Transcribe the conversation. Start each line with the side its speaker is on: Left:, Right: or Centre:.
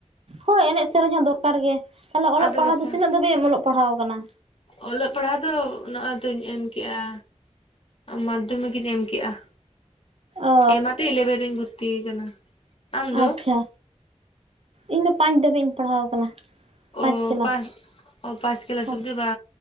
Right: ᱦᱳᱭ ᱮᱱᱮᱡ-ᱥᱮᱨᱮᱧ ᱦᱚᱸ ᱫᱚᱨᱠᱟᱨ ᱜᱮ ᱛᱟᱦᱚᱞᱮ ᱚᱞᱚᱜ
Left: ᱟᱫᱚ
Right: ᱯᱟᱲᱦᱟᱜ
Left: ᱵᱟᱠᱷᱟᱱ
Right: ᱫᱚ ᱛᱤᱱᱟᱹᱜ ᱫᱷᱟᱹᱤᱡ ᱮᱢ ᱚᱞᱚᱜ ᱯᱟᱲᱦᱟᱣ ᱟᱠᱟᱱᱟ
Left: ᱚᱞᱚᱜ ᱯᱟᱲᱦᱟᱜ ᱫᱚ ᱱᱚᱜᱚᱭ ᱛᱚᱧ ᱮᱢ ᱠᱮᱜᱼᱟ ᱢᱟᱫᱽᱫᱷᱚᱢᱤᱠ ᱤᱧ ᱮᱢ ᱠᱮᱼᱟ
Right: ᱚ
Left: ᱮᱢᱟᱛᱮ ᱤᱞᱮᱵᱷᱮᱱ ᱨᱤᱧ ᱵᱷᱚᱨᱛᱤ ᱟᱠᱟᱱᱟ ᱟᱢ ᱫᱚ
Right: ᱟᱪᱪᱷᱟ ᱤᱧ ᱫᱚ ᱯᱟᱸᱪ ᱫᱷᱟᱹᱵᱤᱡ ᱤᱧ ᱯᱟᱲᱦᱟᱣ ᱟᱠᱟᱱᱟ
Left: ᱚᱻ
Right: ᱯᱟᱸᱪ ᱠᱮᱞᱟᱥ
Left: ᱯᱚᱸᱪ ᱯᱟᱥ ᱠᱮᱞᱟᱥ
Right: ᱦᱳᱭ
Left: ᱚᱵᱫᱤ ᱵᱟ